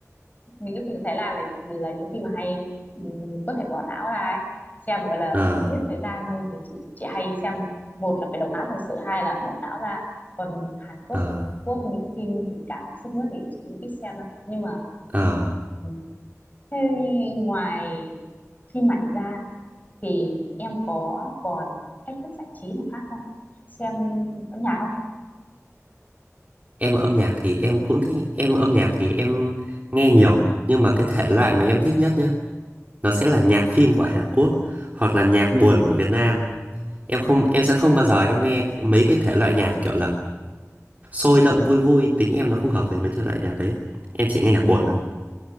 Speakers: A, on the left (about 30°); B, on the right (about 30°).
A: những cái phim của Thái Lan là là những phim mà hay mình có thể bỏ não ra ấy. xem gọi là
B: ờ
A: cho giết thời gian thôi thì chị chị hay xem một là phải động não thật sự hai là bỏ não ra còn Hàn Quốc
B: ờ
A: và Trung Quốc những phim tình cảm sức mướt thì chị cũng ít xem lắm nhưng mà
B: ờ.
A: ừ. thế ngoài phim ảnh ra thì em có còn cách thức giải trí nào khác không xem âm nhạc không
B: em âm nhạc thì em cũng thích em âm nhạc thì em nghe nhiều nhưng mà cái thể loại mà em thích nhất nhá nó sẽ là nhạc phim của Hàn Quốc hoặc là nhạc buồn của Việt Nam em không em sẽ không bao giờ em nghe mấy cái thể loại nhạc kiểu là sôi động vui vui tính em nó không hợp với mấy thể loại nhạc đấy em chỉ nghe nhạc buồn thôi